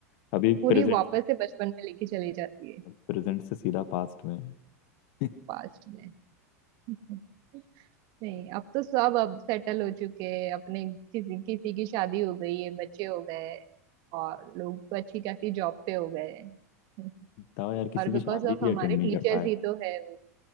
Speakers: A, on the left; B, on the right.
A: अभी
B: पूरी
A: प्रेजेंट
B: वापस से बचपन में लेके चली जाती है
A: प्रेजेंट से सीधा पास्ट में <laughs>
B: पास्ट में <laughs> नहीं अब तो सब अब सेटल हो चुके हैं अपने किसी किसी की शादी हो गई है बच्चे हो गए हैं, और लोग तो अच्छी खासी जॉब पे हो गए हैं
A: बताओ यार किसी
B: और बिकॉज
A: की शादी
B: ऑफ
A: भी
B: हमारे
A: अटेंड
B: टीचर्स
A: नहीं कर पाए
B: ही तो है वो